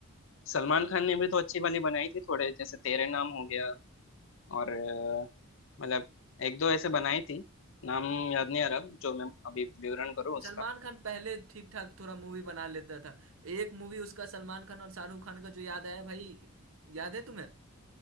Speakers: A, on the left; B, on the right.
A: सलमान खान ने भी तो अच्छी वाली बनाई थी थोड़े जैसे तेरे नाम हो गया और अ, मतलब एक दो ऐसे बनाई थी नाम याद नहीं आ रहा जो मैं अभी विवरण करूँ उसका
B: सलमान खान पहले ठीक ठाक थोड़ा मूवी बना लेता था एक मूवी उसका सलमान खान और शाहरुख खान का जो याद आया भाई याद है तुम्हें